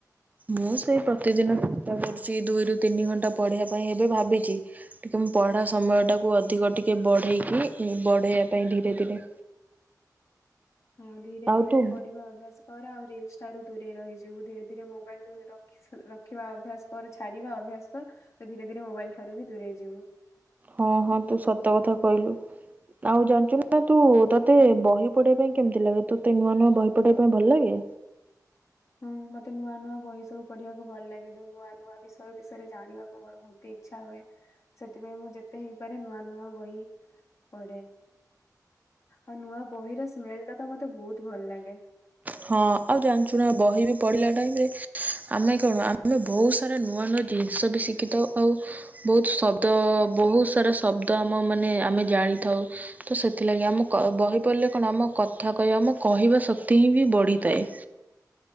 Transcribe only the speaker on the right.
ମୁଁ ସେଇ ପ୍ରତିଦିନ ଚେଷ୍ଟା କରୁଛି ଦୁଇରୁ ତିନି ଘଣ୍ଟା ପଢିବା ପାଇଁ ଏବେ ଭାବିଛି ଟିକେ ପଢା ସମୟ ଟାକୁ ଅଧିକ ଟିକେ ବଢେଇକି ବଢେଇବା ପାଇଁ ଧୀରେ ଧୀରେ
ଆଉ
ତୁ
ହଁ ହଁ ତୁ ସତ କଥା କହିଲୁ। ଆଉ ଜାଣିଛୁ ନା ତୁ ତୋତେ ବହି ପଢେଇବା ପାଇଁ କେମିତି ଲାଗେ? ତୋତେ ନୂଆ ନୂଆ ବହି ପଢେଇବା ପାଇଁ ଭଲ ଲାଗେ?
ହଁ ଆଉ ଜାଣିଛୁ ନା ବହି ବି ପଢିଲା ଟାଇମରେ ଆମେ କଣ ଆମେ ବହୁତ ସାରା ନୂଆ ନୂଆ ଜିନିଷ ବି ଶିଖିଥାଉ ଆଉ ବହୁତ ଶବ୍ଦ ବହୁତ ସାରା ଶବ୍ଦ ଆମ ମାନେ ଆମେ ଜାଣିଥାଉ, ତ ସେଥିଲାଗି ଆମ କ ବହି ପଡ଼ିଲେ କଣ ଆମ କଥା କହିବା ମୋ କହିବା ଶକ୍ତି ହିଁ ବି ବଢ଼ିଥାଏ।